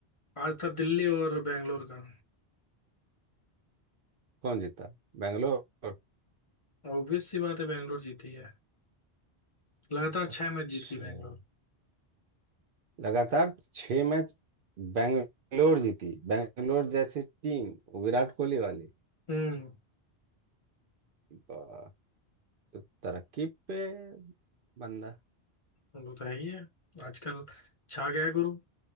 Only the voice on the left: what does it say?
आज था दिल्ली और बैंगलोर का
ऑब्वियस सी बात है बैंगलोर जीती है लगातार
छह मैच जीत गई बैंगलोर
हम्म
वो तो है ही है आजकल छा गया है गुरु